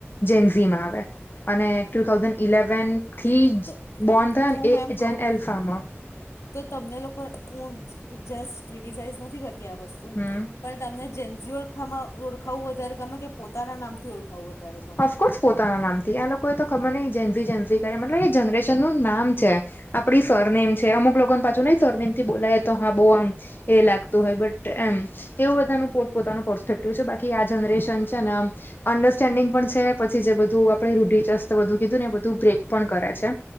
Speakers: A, on the left; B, on the left.
A: જેનઝીમાં આવે અને ટુ થાઉઝન્ડ ઇલેવનથી
B: તો
A: બોન થયો
B: તો
A: ને
B: હું
A: એ
B: એમ કહું
A: જેન એલ્ફામાં
B: તો તમને લોકો હું જસ્ટ ક્રિટિસાઈઝ નથી કરતી આ વસ્તુ
A: હમ
B: પણ તમને જેન્જી ઓળખ ઓળખાવું વધારે ગમે કે પોતાના નામથી ઓળખાવું વધારે ગમે
A: ઓફકોર્સ પોતાના નામથી આ લોકો એ તો ખબર નય જેઝન્સી જેઝન્સી કરે મતલબ એ જનરેશન નું નામ છે. આપણી સરનેમ છે, અમુક લોકોને પાછું નહી સરનેમ થી બોલાય તો હા બો આમ એ લાગતું
B: હમ
A: હોય બટ એમ કેવું બધાનું પોત પોતાનું પર્સ્પેક્ટિવ છે, બાકી આ જનરેશન છે, ને આમ અન્ડરસ્ટેન્ડિંગ પણ છે, પછી જે બધું આપડે રૂઢિ ચસ્ત બધું કીધું ને એ બધું બ્રેક પણ કરે છે.